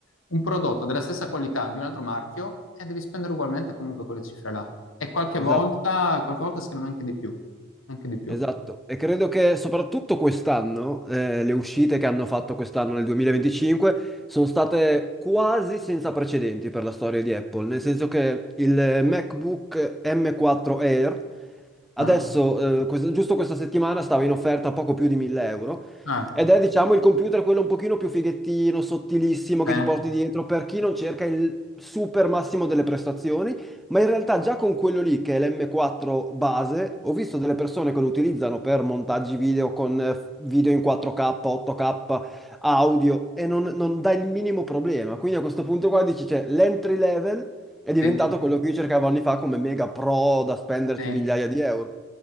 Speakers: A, on the left (about 80°); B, in the centre.
A: un prodotto della stessa qualità di un altro marchio, eh, devi spendere ugualmente comunque quelle cifre là. E qualche
B: Esatto,
A: volta, qualche volta secondo me anche di più, anche di più.
B: esatto. E credo che soprattutto quest'anno, eh, le uscite che hanno fatto quest'anno nel 2025 sono state quasi senza precedenti per la storia di Apple, nel senso che il MacBook M4 Air Adesso,
A: Eh?
B: eh, quest- giusto questa settimana, stava in offerta poco più di 1000 euro
A: Ah,
B: ed è, diciamo, il computer quello un pochino più fighettino, sottilissimo che
A: eh,
B: ti porti dietro per chi non cerca il super massimo delle prestazioni, ma in realtà già con quello lì, che è l'M4 base, ho visto delle persone che lo utilizzano per montaggi video con eh, video in 4K, 8K, audio e non, non dà il minimo problema. Quindi a questo punto qua dici, c'è l'entry level è diventato
A: sì.
B: quello che io cercavo anni fa come mega pro da spenderci
A: Sì,
B: migliaia di euro.